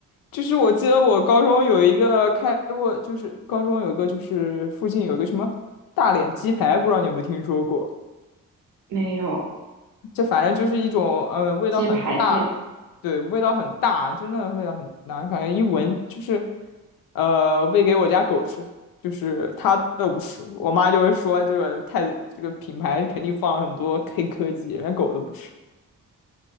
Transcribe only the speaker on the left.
就是我记得我高中有一个开过，就是高中有个就是附近有一个什么大脸鸡排，不知道你有没有听说过？
这反正就是一种，嗯，味道很大，
对，味道很大，真的味道很大，感觉一闻就是，呃，喂给我家狗吃，就是它都不吃，我妈就会说这个太这个品牌肯定放了很多黑科技，连狗都不吃。